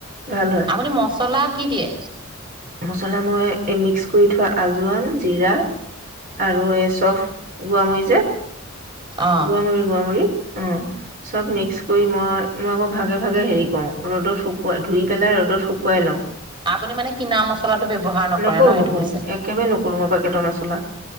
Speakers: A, on the right; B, on the right.
A: ভাল
B: আপুনি মচলা কি দিয়ে
A: মচলা মই এই মিক্স কৰি থোৱা আজোৱান জিৰা আৰু এই চফ গোৱা মৰি যে
B: অ
A: গোৱামৰিী গোৱামূৰিী অ চব মিক্স কৰি মই মই আকৌ ভাগে ভাগে হেৰি কৰওঁ ৰ'দত শুকুৱাই ধুই পেলাই ৰ'দত শুকুৱাই লওঁ
B: আপুনি মানে কিীনা মচলাটো ব্যৱহাৰ নকৰে
A: নকৰো
B: ন সেইটো
A: নকৰো
B: কৈছে
A: একেবাৰে নকৰো মই পেকেটৰ মছলা